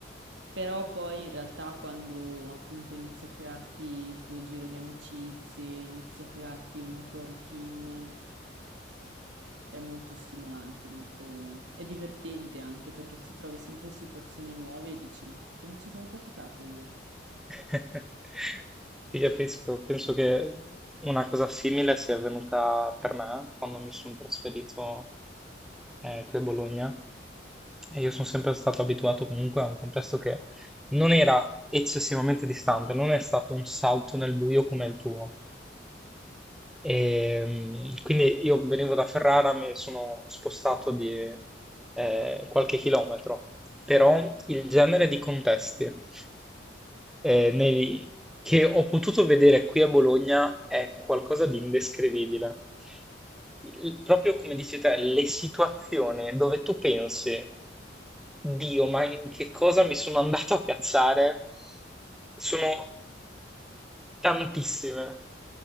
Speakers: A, on the right; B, in the centre.
A: Però poi in realtà quando appunto inizi a crearti il tuo giro di amicizie, inizi a crearti una tua routine, è molto stimolante, molto... è divertente anche perché ti trovi sempre in situazioni nuove e dici ma co- come ci sono capitato io?
B: <laughs> Ti capisco, penso che una cosa simile sia avvenuta per me quando mi sono trasferito eh, qui a Bologna e io sono sempre stato abituato comunque a un contesto che non era eccessivamente distante, non è stato un salto nel buio come il tuo, e, mh, quindi io venivo da Ferrara, mi sono spostato di eh, qualche chilometro, però il genere di contesti eh, nei- che ho potuto vedere qui a Bologna è qualcosa di indescrivibile. Il- proprio come dici te, le situazioni dove tu pensi, Dio, ma in che cosa mi sono andato a piazzare? Sono tantissime